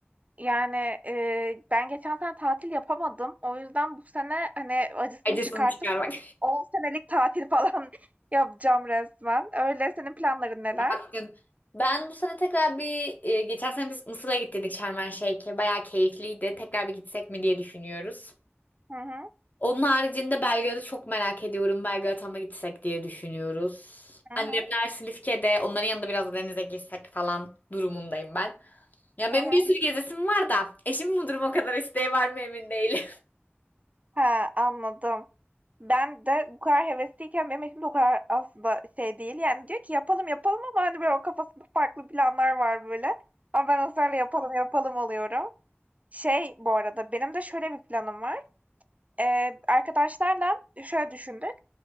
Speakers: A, on the right (about 35°); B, on the left (about 40°).
A: Yani e, ben geçen sene tatil yapamadım. O yüzden bu sene hani acısını
B: Acısını
A: çıkartıp
B: çıkarmak.
A: 10 senelik tatil falan <laughs> yapacağım resmen. Öyle senin planların neler?
B: Bakın, Ben bu sene tekrar bir e, geçen sene biz Mısır'a gittik Şarm El Şeyh'e. Bayağı keyifliydi. Tekrar bir gitsek mi diye düşünüyoruz.
A: Hı hı,
B: Onun haricinde Belgrad'ı çok merak ediyorum. Belgrad'a mı gitsek diye düşünüyoruz.
A: hı
B: Annemler
A: hı,
B: Silifke'de. Onların yanında biraz da denize girsek falan durumundayım ben. Ya
A: hı
B: benim
A: hı.
B: bir sürü gezesim var da eşimin bu durum o kadar isteği var mı emin değilim.
A: Ha, anladım. Ben de bu kadar hevesliyken benim eşim de o kadar aslında şey değil. Yani diyor ki yapalım yapalım ama hani böyle o kafasında farklı planlar var böyle. Ama ben ısrarla yapalım yapalım oluyorum. Şey bu arada benim de şöyle bir planım var. Ee, arkadaşlarla şöyle düşündük.